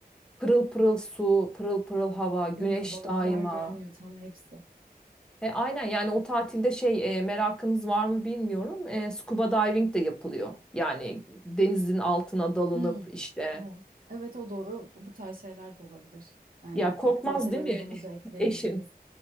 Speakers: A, in the centre; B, on the right (about 60°).
A: pırıl pırıl su, pırıl pırıl hava, güneş
B: Değil mi? Balıklar
A: daima.
B: görünüyor tam hepsi.
A: E, aynen yani o tatilde şey e, merakınız var mı bilmiyorum. E, scuba diving de yapılıyor. Yani denizin altına dalınıp
B: Hmm.
A: işte
B: O. Evet o da o, bu bu tarz şeyler de olabilir. Aynen
A: ya
B: o
A: korkmaz
B: aktivitelere
A: değil mi
B: bunu da ekleyebiliriz.
A: <laughs> eşin?